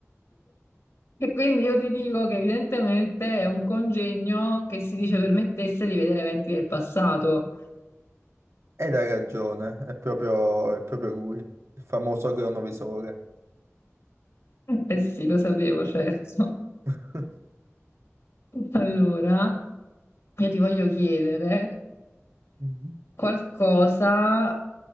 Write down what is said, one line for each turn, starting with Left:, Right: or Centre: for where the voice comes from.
Left: E quindi io ti dico che evidentemente è un congegno che si dice permettesse di vedere eventi del passato.
Right: Ed hai ragione, è proprio, è proprio lui, il famoso cronovisore.
Left: Eh sì, lo sapevo, certo.
Right: <laughs>
Left: Allora, io ti voglio chiedere
Right: Mhm.
Left: qualcosa,